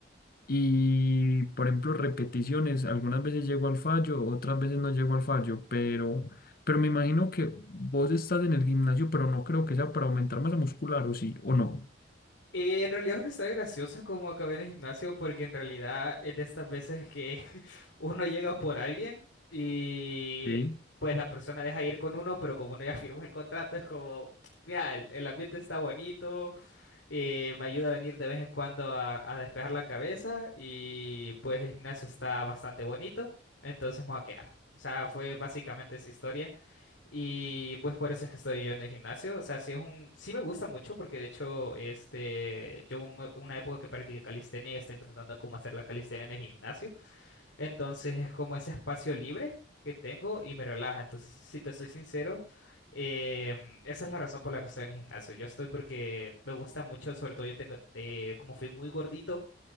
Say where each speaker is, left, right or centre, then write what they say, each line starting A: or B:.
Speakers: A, on the left; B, on the left.
A: Y, por ejemplo, repeticiones, algunas veces llego al fallo, otras veces no llego al fallo, pero, pero me imagino que vos estás en el gimnasio, pero no creo que sea para aumentar masa muscular, o sí, o no.
B: Eh, en realidad es una historia graciosa como acabé en el gimnasio porque en realidad es de estas veces que <laughs> uno llega por alguien y
A: Sí,
B: pues la persona deja ir con uno, pero como uno ya firmó el contrato es como, <tsk> mira, el, el ambiente está bonito, Eh, me ayuda a venir de vez en cuando a, a despejar la cabeza y pues el gimnasio está bastante bonito, entonces me voy a quedar. O sea, fue básicamente esa historia y pues por eso es que estoy yo en el gimnasio. O sea, sí es un, sí me gusta mucho porque de hecho, este, yo hubo un- una época que practiqué calistenia y estoy intentando cómo hacer la calistenia en el gimnasio. Entonces es como ese espacio libre que tengo y me relaja. Entonces, si te soy sincero, em, esa es la razón por la que estoy en el gimnasio. Yo estoy porque me gusta mucho, sobre todo yo tengo, eh, como fui muy gordito,